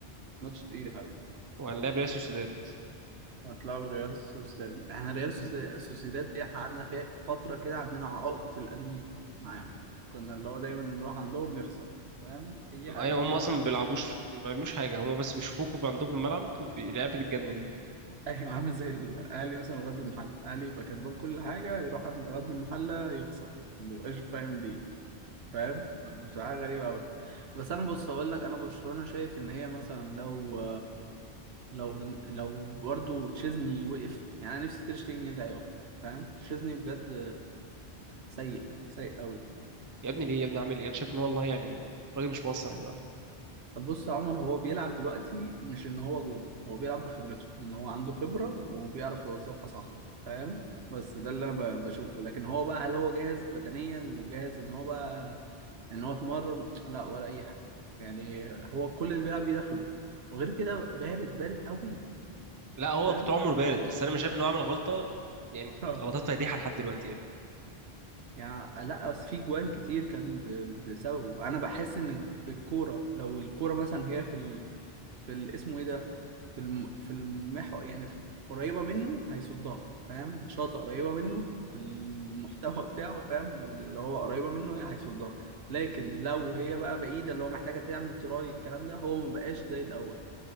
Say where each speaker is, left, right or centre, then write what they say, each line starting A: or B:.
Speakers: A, on the right (about 70°); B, on the right (about 20°).
A: ماتش تقيل يا حبيبي
B: وهنلاعب ريال سوسيداد
A: هتلعبوا ريال سوسيداد احنا ريال سوسي- سوسيداد دي احنا قعدنا فيها فترة كده عندنا عقدة الأنويتا معاهم كنا اللي هو دايما نروح عندهم نخسر فاهم اي حاجه
B: ايوه
A: نروح
B: هم اصلا ما بيلعبوش ما بيعملوش حاجه هم بس بيشوفوكوا في عندهم في الملعب بي- اللعيبه بتتجنن
A: ايوه عامل زي الاهلي مثلا وغزل المحله الاهلي يبقى كسبان كل حاجه يروح عند غزل المحله يخسر ما بيبقاش فاهم ليه فاهم بتبقى حاجه غريبه قوي بس انا بص هقول لك انا برشلونه شايف ان هي مثلا لو لو لو برضو تشيزني وقف يعني انا نفسي تير شتيجن يرجع يقف فاهم تشيزني بجد سيء سيء قوي
B: يا ابني ليه يا ابني عامل ايه انا شايف ان هو والله يعني راجل مش مقصر يا جماعه
A: بص يا عمر هو بيلعب دلوقتي مش ان هو جون هو بيلعب بخبرته ان هو عنده خبرة وبيعرف يوظفها صح فاهم بس ده اللي انا ب- بشوفه لكن هو بقى هل هو جاهز بدنيا وجاهز ان هو بقى ان هو اتمرن لا ولا اي حاجة يعني هو كل اللي بيلعب بيه ده خبرة وغير كده بارد بارد قوي
B: لا هو
A: فاهم
B: كنت عمره بارد بس انا مش شايف ان هو عمل غلطه يعني
A: <laughs> اه
B: غلطات فادحه لحد دلوقتي يعني.
A: يعني لا بس في جوان كتير كان ب- بسببه انا بحس ان الكورة لو الكورة مثلا هي في في ال- اسمه ايه ده في الم... في المحور يعني في... قريبة منه هيصدها فاهم الشاطئ قريبة منه في المحتوى بتاعه فاهم اللي هو قريبة منه هي- هيصدها لكن لو هي بقى بعيدة اللي هو محتاجة تعمل تراي الكلام ده هو مبقاش زي الأول